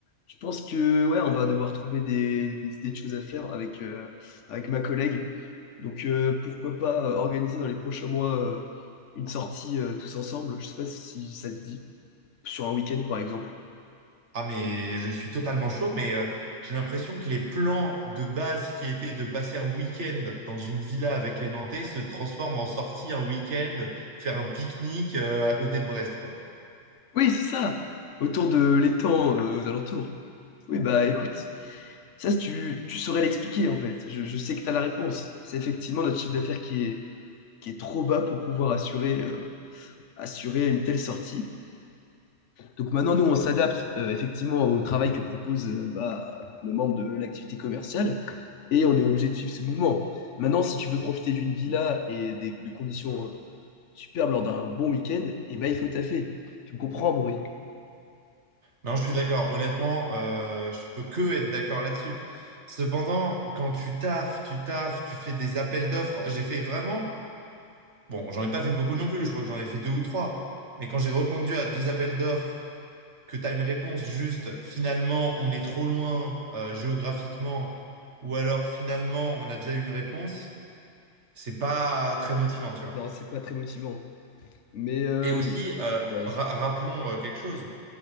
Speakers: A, on the left; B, on the right.
A: je pense que ouais, on va devoir trouver des, des idées de choses à faire avec, euh, avec ma collègue. Donc euh, pourquoi pas euh, organiser dans les prochains mois euh, une sortie euh, tous ensemble, je sais pas si ça te dit, sur un week-end par exemple.
B: Ah, mais je suis totalement chaud, mais euh, j'ai l'impression que les plans de base qui étaient de passer un week-end dans une villa avec les Nantais se transforment en sortie un week-end, faire un pique-nique euh, à côté de Brest, quoi.
A: Oui, c'est ça, autour de l'étang euh, aux alentours. Oui, bah écoute, ça si tu, tu saurais l'expliquer en fait. Je, je sais que tu as la réponse. C'est effectivement notre chiffre d'affaires qui est, qui est trop bas pour pouvoir assurer. euh, assurer une telle sortie. Donc maintenant, nous, on s'adapte euh, effectivement au travail que propose euh, bah, nos membres de l'activité commerciale et on est obligé de suivre ce mouvement. Maintenant, si tu veux profiter d'une villa et des, de conditions euh, superbes lors d'un bon week-end, eh ben, il faut taffer. Tu me comprends, Maury?
B: Non, je suis d'accord. Honnêtement, euh, je peux que être d'accord là-dessus. Cependant, quand tu taffes, tu taffes, tu fais des appels d'offres, j'ai fait vraiment, bon, j'en ai pas fait beaucoup non plus, je crois que j'en ai fait deux ou trois, mais quand j'ai répondu à deux appels d'offres, que tu as une réponse juste, finalement, on est trop loin euh, géographiquement, ou alors finalement, on a déjà eu une réponse, c'est pas très motivant, tu vois.
A: Non, c'est pas très motivant. Mais euh,
B: Et aussi, euh,
A: ouais,
B: ra-
A: vas-y.
B: rappelons euh, quelque chose